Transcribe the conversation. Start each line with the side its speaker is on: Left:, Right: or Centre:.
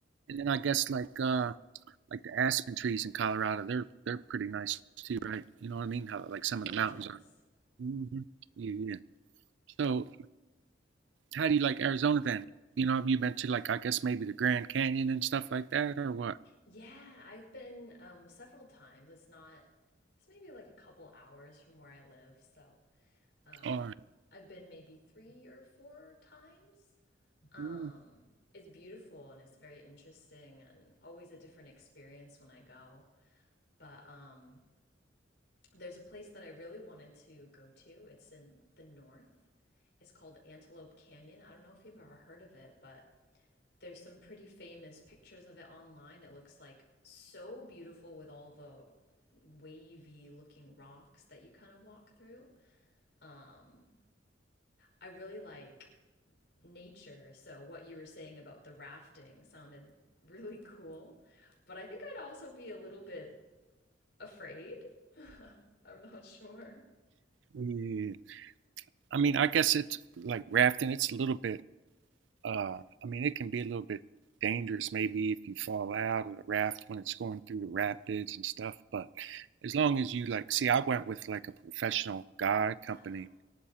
Right: and then I guess like uh, like the aspen trees in Colorado, they're they're pretty nice too, right? You know what I mean? How like some
Left: Gorgeous.
Right: of the mountains are. hmm Yeah, yeah. So how do you like Arizona then? You know, have you been to like I guess maybe the Grand Canyon and stuff like that, or what?
Left: Yeah, I've been um, several times. It's not, it's maybe like a couple hours from where I live. So um,
Right: Or
Left: I've been maybe three or four times. Um,
Right: mm
Left: it's beautiful and it's very interesting and always a different experience when I go. But um, there's a place that I really wanted to go to. It's in the north. It's called Antelope Canyon. I don't know if you've ever heard of it, but there's some pretty famous pictures of it online. It looks like so beautiful with all the wavy looking rocks that you kind of walk through. Um, I really like nature. So, what you were saying about the rafting sounded <laughs> really cool. But I think I'd also be a little bit afraid. <laughs> I'm not sure.
Right: yeah. I mean, I guess it's like rafting. It's a little bit. Uh, I mean, it can be a little bit dangerous maybe if you fall out of the raft when it's going through the rapids and stuff. But as long as you like, see, I went with like a professional guide company
Left: Oh,